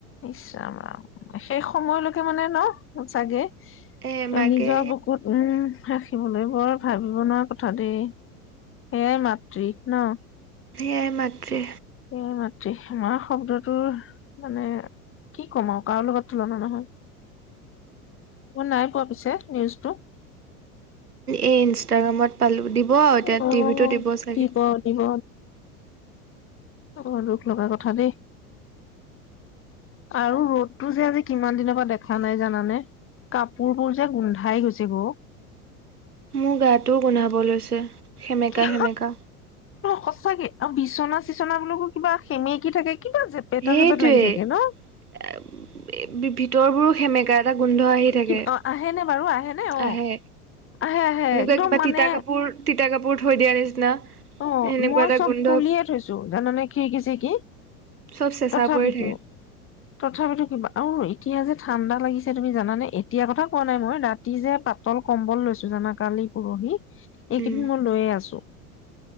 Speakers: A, on the left; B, on the right.
A: ইচ ৰাম ৰাম। শেষ সময়লৈকে মানে ন' চাগে?
B: এ মাকে
A: নিজৰ বকুত উম। ৰাখিবলৈ বৰ ভাবিব নোৱাৰা কথা দেই সেয়াই মাতৃ ন'।
B: সেয়াই মাতৃ
A: এই মাতৃ আমাৰ শব্দটো মানে কি কম আৰু কাৰো লগত তুলনা নহয়। মই নাই কোৱা পিছে। নিউজ টো,
B: এই ইনষ্টাগ্ৰামত পালোঁ দিব আৰু এতিয়া
A: অ'
B: টিভিটো দিব চাগে।
A: দিব বৰ দূখ লগা কথা দেই আৰু ৰ'দতটো যে আজি কিমান দিনৰ, মই দেখা নাই জানানে কাপোৰ বোৰ যে গোন্ধাই গৈছে গ
B: মোৰ গাটোও গোন্ধাব লৈছে। সেমেকা
A: কিহ
B: সেমেকা
A: সঁচাকে আ বিশ বিচনা চিচনা বোকো কিবা সেমেকি থাকে, কিবা জেপেটা
B: সেইটোৱেই
A: জেপেট লাগি থাকে ন
B: ভিতৰবোৰো সেমেকা এটা গোন্ধ আহি থাকে।
A: কি অ আহে নে বাৰু আহে ন, অ',
B: আহে
A: আহে আহে
B: এনেকুৱা
A: একদম
B: কিবা
A: মানে।
B: তিতা কাপোৰ তিতা কাপোৰ থৈ দিয়া নিচিনা।
A: অ',
B: সেনেকুৱা
A: মই
B: এটা
A: চব
B: গোন্ধ
A: খুলিয়ে থৈছো জানানে খিৰিকিচি কি
B: চব চেঁচা
A: তথাপিতো
B: পৰি থাকে
A: তথাপিতো কিবা অ'। এতিয়া যে ঠাণ্ডা লাগিছে তুমি জানে এতিয়া কথা কোৱা নাই মই ৰাতি যে পাতল কম্বল লৈছো জানা কালি পৰহি, এইকেইদিন
B: উম
A: মই লৈয়ে আছোঁ।